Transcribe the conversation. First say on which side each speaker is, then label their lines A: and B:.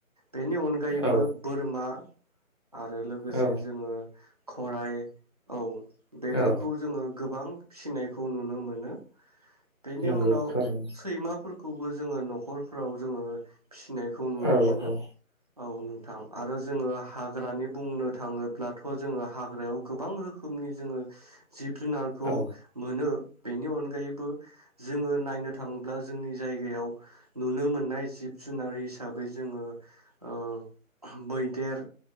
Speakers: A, on the right; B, on the left.
A: बेनि अनगायैबो
B: औ
A: बोरमा आरो लोगोसे
B: औ
A: जोंङो घराइ औ बेफोरखौ
B: औ
A: जोंङो गोबां फिसिनाय खौ नुनो मोनो बेनि
B: नंगौ
A: उनाव
B: थारैनो
A: सैमाफोर खौबो जोंङो न'खरफोराव जोंङो भिसिनायखौ नुनो
B: औ
A: मोनो
B: औ
A: औ नोंथां आरो जोंङो हाग्रानि बुंनो थांङोब्लाथ' जोंङो हाग्रायाव गोबां रोखोमनि जोंङो जिब जुनारखौ
B: औ
A: नो बेनि अनगायैबो जोङो नायनो थाङोब्ला जोंनि जायगायाव नुनो मोननाय जिब जुनार हिसाबै जोंङो ओ मैदेर